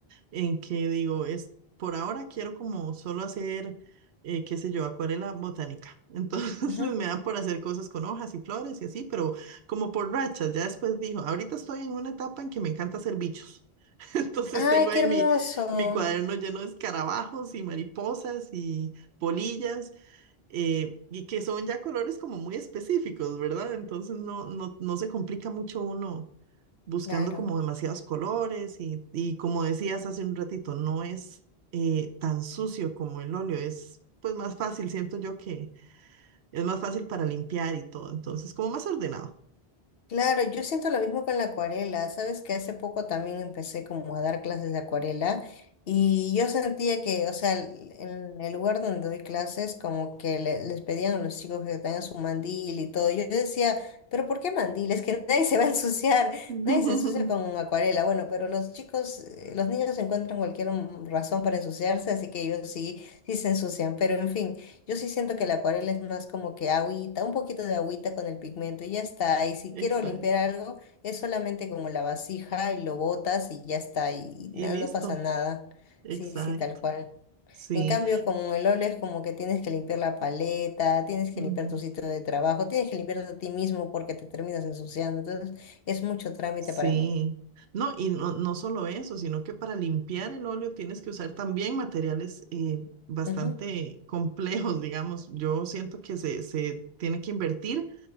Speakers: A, on the right; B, on the left.
A: en que digo, es por ahora quiero como solo hacer, eh, qué sé yo, acuarela botánica. Entonces
B: Ujú.
A: <laughs> me da por hacer cosas con hojas y flores y así, pero como por rachas. Ya después dijo, ahorita estoy en una etapa en que me encanta hacer bichos. <laughs> Entonces
B: ¡Ay,
A: tengo ahí
B: qué hermoso!
A: mi, mi cuaderno lleno de escarabajos y mariposas y polillas eh, y que son ya colores como muy específicos, ¿verdad? Entonces no, no, no se complica mucho uno buscando
B: Claro.
A: como demasiados colores y, y como decías hace un ratito, no es eh, tan sucio como el óleo, es pues más fácil, siento yo que es más fácil para limpiar y todo, entonces como más ordenado.
B: Claro, yo siento lo mismo con la acuarela. Sabes que hace poco también empecé como a dar clases de acuarela y yo sentía que, o sea, l- en el lugar donde doy clases, como que le- les pedían a los chicos que tengan su mandil y todo. Yo decía, pero ¿por qué mandil? Es que <laughs> nadie se va a ensuciar, <laughs>
A: <laughs>
B: nadie se ensucia con acuarela. Bueno, pero los chicos, eh, los niños encuentran cualquier mm, razón para ensuciarse, así que ellos sí, sí se ensucian. Pero en fin. Yo sí siento que la acuarela es más como que agüita, un poquito de agüita con el pigmento y ya está. Y si
A: Exacto.
B: quiero limpiar algo, es solamente como la vasija y lo botas y ya está. Y,
A: Y
B: nada,
A: listo,
B: no pasa nada.
A: exacto,
B: Sí, sí, tal cual.
A: sí.
B: En cambio, como el óleo es como que tienes que limpiar la paleta, tienes que
A: Ujú.
B: limpiar tu sitio de trabajo, tienes que limpiarte a ti mismo porque te terminas ensuciando. Entonces, es mucho trámite
A: Sí,
B: para mí.
A: no, y no, no solo eso, sino que para limpiar el óleo tienes que usar también materiales eh, bastante
B: Ujú,
A: complejos, digamos. Yo siento que se, se tiene que invertir